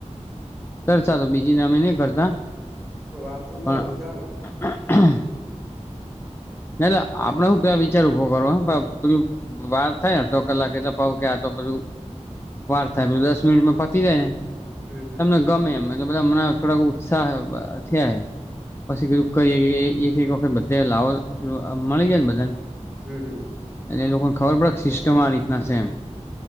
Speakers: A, on the left; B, in the centre.
A: ચર્ચા તો બીજી ના અમે નહી કરતા.
B: કોઈ વાતું જ
A: પણ
B: હો તો ચાલ ને
A: <inaudible> ના ના આપડે હું કેવા વિચાર ઉભો કરો હ પેલું. વાર થાય અડધો કલાક એટલે પઉ કે આ તો બધું. વાર થાય પેલે દસ મિનિટમાં પતી જાય ને.
B: હમ હમ
A: તમને ગમે એમ એટલે બધા મને થોડાક ઉત્સાહ થયા પછીધું. કરી એક એક વખત બધા લાવો જો આ મળી જાય ને બધાને
B: હમ હમ
A: એટલે એ લોકોને ખબર પડે સિસ્ટમ આ રીતના છે એમ.